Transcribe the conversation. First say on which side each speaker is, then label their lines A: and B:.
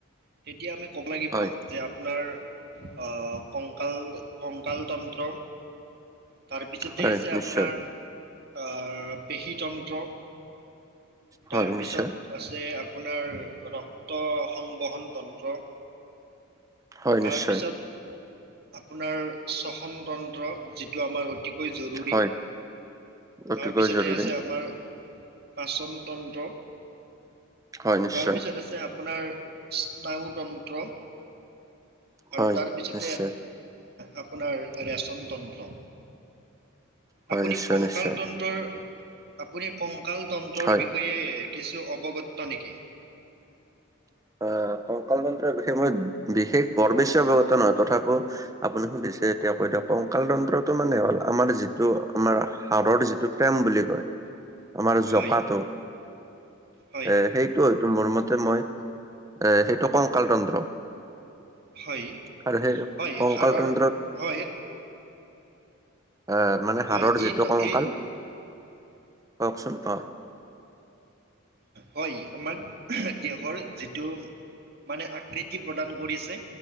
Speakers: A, on the right; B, on the right.
A: তেতিয়া আমি ক'ব লাগিব
B: হয়
A: যে আপোনাৰ আ কং। ককাল কংকাল তন্ত্ৰ তাৰপিছতে
B: হয়
A: আছে
B: নিশ্চয়
A: আপোনাৰ। আ পেশী তন্ত্ৰ তাৰপিছত।
B: হয় নিশ্চয়
A: আছে আপোনাৰ ৰক্ত সংবহন তন্ত্ৰ।
B: হয়
A: তাৰপিছত
B: নিশ্চয়
A: আপোনাৰ চশন তন্ত্ৰ যিটো আমাৰ অতি। কৈ জৰুৰী
B: হয় অতিকৈ
A: তাৰপিছতে
B: জৰুৰী
A: আছে আমাৰ। পাচন তন্ত্ৰ
B: হয় নিশ্চয়
A: তাৰপিছত আছে। আপোনাৰ স্নায়ুতন্ত্ৰ আৰু
B: হয়
A: তাৰপিছত।
B: নিশ্চয়
A: আপোনাৰ এৰেচন তন্ত্ৰ।
B: হয়
A: আপুনি
B: নিশ্চয়
A: কংকাল
B: নিশ্চয়
A: তন্ত্ৰৰ আপুনি কংকাল তন্ ন্তৰ
B: হয়
A: বিষয়ে কিছু অৱগত নেকি?
B: আহ ককাংল তন্ত্ৰৰ বিষয়ে মই বিশেষ বৰ বেছি অৱগত নহয় তথাপিও। আপুনি সুধিছে, এতিয়া কৈ দিয়ক কংকাল তন্ত্ৰটো মানে হ'ল আমাৰ যিটো আমাৰ হাড়ৰ যিটো ট্ৰেম বুলি কয়
A: <inaudible>
B: আমাৰ জকাটো,
A: হয় হয়
B: এ সেইটো হয়তো মোৰ মতে মই এ সেইটো কংকাল তন্ত্ৰ।
A: হয়
B: আৰু সেই
A: হয়
B: কংকাল
A: হাড়ৰ
B: তন্ত্ৰত
A: হয়।
B: এ মানে
A: হয়
B: হাড়ৰ
A: এই
B: যিটো কংকাল
A: এই
B: কওকচোন অ।
A: হয় আমাৰ দেশৰ যিটো। মানে আকৃতি প্ৰদান কৰিছে।